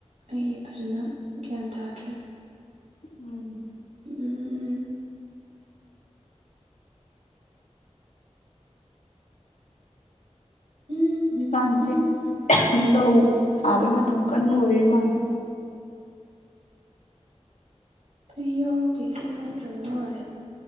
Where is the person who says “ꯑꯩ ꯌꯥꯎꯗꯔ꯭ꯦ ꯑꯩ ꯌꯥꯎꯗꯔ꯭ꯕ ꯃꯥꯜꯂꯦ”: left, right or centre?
Right